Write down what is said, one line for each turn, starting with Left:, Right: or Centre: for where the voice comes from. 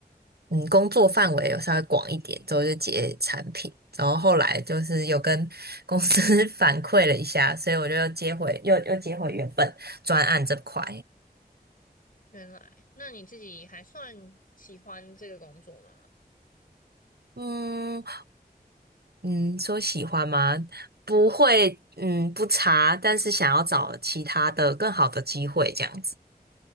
Right: 嗯工作范围有稍微广一点，之后就接产品，然后后来就是有跟公司 <laughs> 反馈了一下，所以我就又接回又又接回原本专案这块。
Left: 原来，那你自己还算喜欢这个工作吗？
Right: 嗯嗯，说喜欢吗？不会，嗯，不差，但是想要找其他的更好的机会这样子。